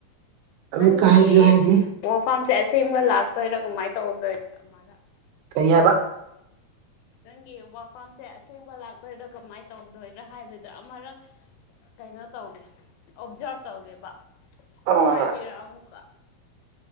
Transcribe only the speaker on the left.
ꯅꯪꯒꯤ
ꯋꯥꯐꯝꯁꯦ ꯑꯁꯦꯡꯕ ꯂꯥꯛꯇꯣꯏꯔꯥ ꯀꯃꯥꯏꯅ ꯇꯧꯗꯣꯏꯔ ꯑꯃꯔꯛ
ꯅꯪꯒꯤ ꯋꯥꯐꯝꯁꯦ ꯑꯁꯦꯡꯕ ꯂꯥꯛꯇꯣꯏꯔꯥ ꯀꯃꯥꯏꯅ ꯇꯧꯗꯣꯏꯔꯥ ꯍꯥꯏꯕꯗꯣ ꯑꯃꯔꯛ ꯀꯩꯅꯣ ꯇꯧꯒꯦ ꯑꯣꯞꯖꯥꯔꯞ ꯇꯧꯒꯦꯕ
ꯍꯥꯏꯕꯤꯔꯛ ꯑꯃꯨꯛꯀ